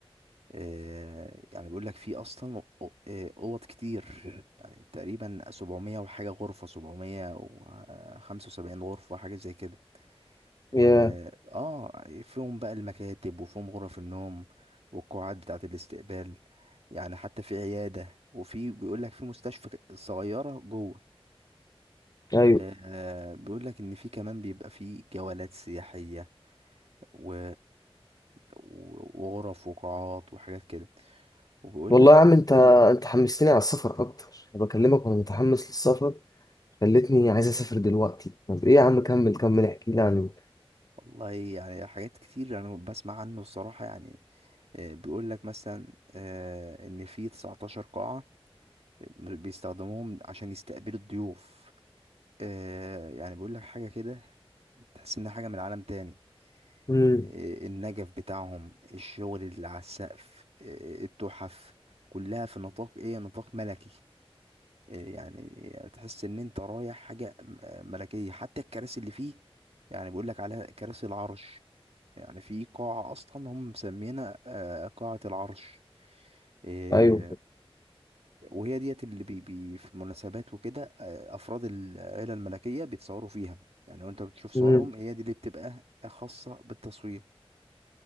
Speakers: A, on the right; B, on the left.
A: آه، يعني بيقول لك في اصلا أو- آه، اوض كتير يعني تقريبا 700 وحاجه غرفه 775 غرفه حاجه زي كده
B: يا
A: اه آه، فيهم بقى المكاتب وفيهم غرف النوم والقاعات بتاعه الاستقبال يعني حتى في عياده وفي بيقول لك في مستشفى ك- صغيره جوه
B: ايوه
A: آه بيقول لك ان في كمان بيبقى في جولات سياحيه و... و- وغرف وقاعات وحاجات كده وبيقول
B: والله يا عم انت انت حمستني على السفر اكتر انا بكلمك وانا متحمس للسفر خلتني عايز
A: لك
B: اسافر دلوقتي طب ايه يا عم كمل كمل احكي لي عن
A: والله يعني حاجات كتير يعني بسمع عنه الصراحة يعني آه، بيقول لك مثلا آه، ان في 19 قاعة بيستخدموهم عشان يستقبلوا الضيوف آه، يعني بيقول لك حاجة كده تحس انها حاجة من عالم تاني
B: امم
A: آه، النجف بتاعهم الشغل اللي على السقف آه، التحف كلها في نطاق ايه نطاق ملكي آه، يعني تحس ان انت رايح حاجة م- ملكية حتى الكراسي اللي فيه يعني بيقول لك عليها كراسي العرش يعني في قاعة أصلا هم مسمينها آه، قاعة العرش آه،
B: ايوه
A: وهي ديت اللي بي بي في المناسبات وكده آه، أفراد العيلة الملكية بيتصوروا فيها يعني وأنت بتشوف صورهم
B: امم
A: هي دي اللي بتبقى خاصة بالتصوير